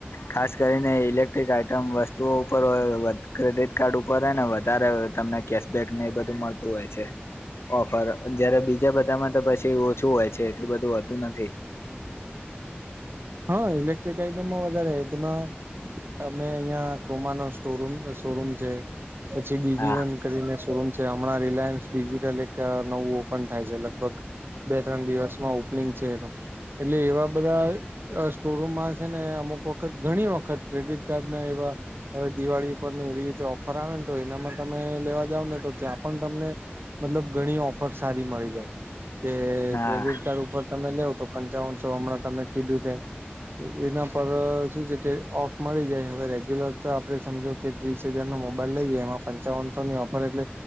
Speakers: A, on the left (about 80°); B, on the right (about 60°).
A: ખાસ કરીને ઇલેક્ટ્રિક આઈટમ વસ્તુઓ ઉપર હોય વધ ક્રેડિટ કાર્ડ ઉપર હેને વધારે હવે તમને કેશબેકને એ બધું મળતું હોય છે. ઓફર જયારે બીજા બધામાં તો પછ તે ઓછું હોય છે. એટલું બધું હોતું નથી.
B: હહ ઇલેક્ટ્રિક આઈટમમાં વધારે તેમાં અમે અહિયાં ક્રોમાનો સ્ટોરૂમ અ શોરૂમ છે પછી ડીજીવન
A: હા
B: કરીને શોરૂમ છે. હમણાં રિલાયન્સ ડિજિટલ એક નવું ઓપન થાય છે લગભગ. બે ત્રણ દિવસમાં ઓપનિંગ છે એનું. એટલે એવા બધાં અ સ્ટોરરૂમમાં છે ને અમુક વખત ઘણી વખત ક્રેડિટ કાર્ડના એવા હવે દિવાળી ઉપરને એવી રીતે ઓફર આવે ને તો એનામાં તમે લેવા જાવ ને તો ત્યાં પણ તમને મતલબ ઘણી ઓફર સારી મળી જાય. કે
A: હા
B: ક્રેડિટ કાર્ડ ઉપર તમે લેવ તો પંચાવનસો હમણાં તમે કીધું તેમ એના પર શું છે કે ઓફ મળી જાય હવે રેગ્યુલર આપડે સમજો કે ત્રીસ હજાર નો મોબાઈલ લઈ જ એમાં પંચાવનસો ની ઓફર એટલે